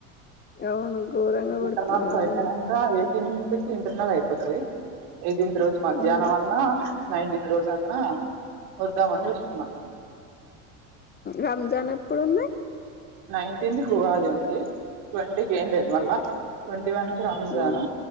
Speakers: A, on the left; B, on the right.
A: అవును ఘోరంగా కొడుతున్నాయి
B: ఇంటర్ల్స్
A: అవును
B: అయితేనే ఇంకా ఎయిటీన్ ఇంటర్నల్ అయిపోతుది ఇదింత రోజ్ మధ్యాహ్నవన్న
A: ఉమ్
B: నైంటిక్రోజన్న వద్దామని ఇస్తున్నా
A: రంజాన్ ఎప్పుడుంది
B: నైన్టీన్ ట ఆది ఉంది ట్వంటీకి ఏం లేదు మళ్ళా ట్వంటీ వన్ కి Ramzan
A: um